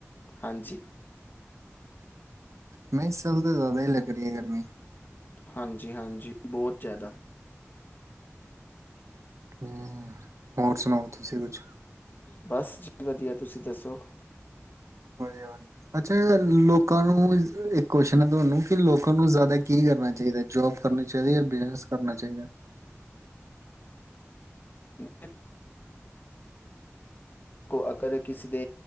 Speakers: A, on the left; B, on the right.
A: ਹਾਂਜੀ
B: ਮੈਂ ਇਸ ਚਾਲ ਤਾਂ ਜ਼ਿਆਦਾ ਹੀ ਲੱਗ ਰਹੀ ਹੈ ਗਰਮੀ
A: ਹਾਂਜੀ ਹਾਂਜੀ ਬਹੁਤ ਜ਼ਿਆਦਾ
B: ਹੂੰ। ਹੋਰ ਸੁਣਾਓ ਤੁਸੀਂ ਕੁਛ
A: ਬਸ ਵਧੀਆ ਤੁਸੀਂ ਦੱਸੋ
B: ਵਧਿਆ ਬਸ ਅੱਛਾ ਲ ਲੋਕਾਂ ਨੂੰ ਏ ਇੱਕ ਕੁਯਸ਼ਚਨ ਹੈ ਤੁਹਾਨੂੰ ਕਿ ਲੋਕਾਂ ਨੂੰ ਜ਼ਿਆਦਾ ਕੀ ਕਰਨਾ ਚਾਹੀਦਾ ਜੋਬ ਕਰਨੀ ਚਾਹੀਦੀ। ਜਾਂ ਬਿਜਨਸ ਕਰਨਾ ਚਾਹੀਦਾ
A: <inaudible> ਅਗਰ ਕਿਸੇ ਦੇ